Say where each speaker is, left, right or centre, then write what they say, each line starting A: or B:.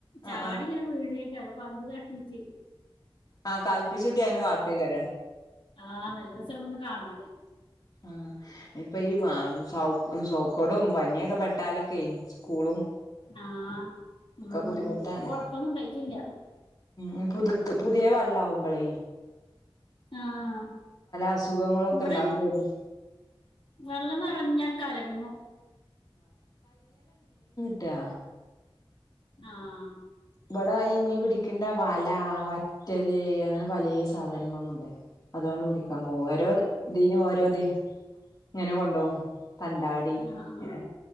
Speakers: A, on the left; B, on the left.
A: ആഹ്
B: ചാടിങ്ങനെ
A: ആഹ്
B: വീഴേ ജറ പന്ത് തട്ടീട്ട്
A: ആ കല്പ്പിചൂട്ടി അനെ കാട്ടെയ്ക്കരാ
B: ആ നല്ല രസ ഇവിട്ന്ന് കാണാന്
A: ആ ഇപ്പൊ ഈ വ സൗ സൗ കൊടും പനിയൊക്കെ പെട്ടാലൊക്കെ സ്കൂളും
B: ആഹ് ഉം
A: ഒക്കെ ബുദ്ധിമുട്ടാണ്
B: ഇവിടെ കൊഴപ്പൊന്നും ഉണ്ടായിട്ടില്ല
A: ഉം പുതുക് പുതിയ വ ള്ളാഉമ്പളെ
B: ആഹ്
A: അസുഖങ്ങളൊക്കെ
B: ഇവിടെനി
A: ഉണ്ടാവും കൊതു
B: വെള്ളം നിറഞ്ഞാൻ കലങ്ങു
A: ട്ടാ
B: ആഹ്
A: ഇവടെ ഈ മീൻ പിടിക്ണ്ട വല വറ്റല് അങ്ങനെ പലേ സാധനങ്ങളു ഉണ്ട് അതോണ്ട് പിടിക്കാൻ പോവു ഓരോ ഇതീനു ഓരോത് ങ്ങനെ കൊണ്ടോഉം തണ്ടാടി
B: ആഹ് ആഹ്
A: ഇങ്ങനെ